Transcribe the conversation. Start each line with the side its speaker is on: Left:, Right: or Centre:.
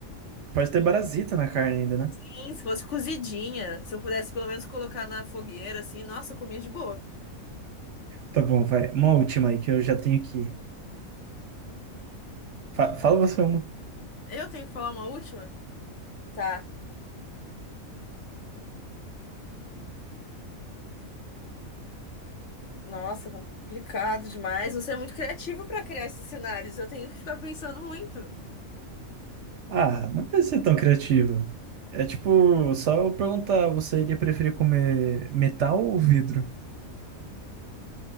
Right: pode ter parasita na carne ainda, né?
Left: sim, se fosse cozidinha, se eu pudesse pelo menos colocar na fogueira, assim, nossa, eu comia de boa.
Right: Tá bom, vai. Uma última aí que eu já tenho que. Fa- fala você uma.
Left: Eu tenho que falar uma última? Tá. Nossa, complicado demais. Você é muito criativo para criar esses cenários. Eu tenho que ficar pensando muito.
Right: Ah, não precisa ser tão criativo. É tipo, só eu perguntar, você iria preferir comer metal ou vidro?